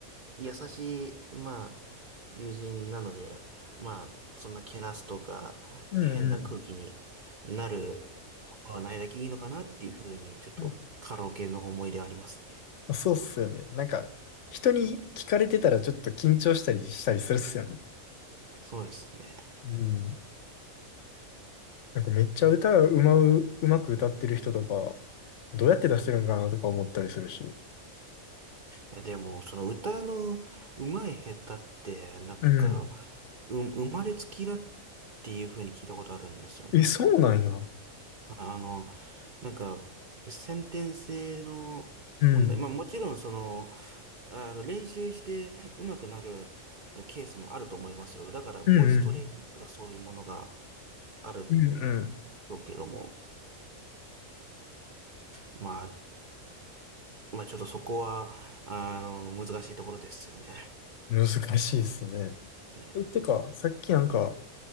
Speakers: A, on the right; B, on the left.
A: 優しい、まあ、友人なので、まあ、そんなけなすとか、
B: うんうん。
A: 変な空気になることはないだけいいのかなっていうふうに、ちょっとカラオケの思い出はありますね。
B: <laughs> そうっすよね。なんか、人に聞かれてたらちょっと緊張したりしたりするっすよね。
A: そうですね。
B: うん。なんかめっちゃ歌がうまう、うまく歌ってる人とか、どうやって出してるんかなとか思ったりするし。
A: いや、でも、その歌の上手い下手って、なんか、
B: うん。
A: う、生まれつきだっていう風に聞いたことあるんですよね。
B: え、そうなんや。
A: あの、なんか、先天性の問題。
B: うん。
A: まあもちろん、その、あの、練習して上手くなるケースもあると思いますよ。だから、ボイストレーニングとかそういうものが
B: うんうん。
A: ある
B: うん
A: けども、まあ、まあちょっとそこは、あの、難しいところですよね。
B: うん。難しいっすね。
A: ですね。
B: えてか、さっきなんか、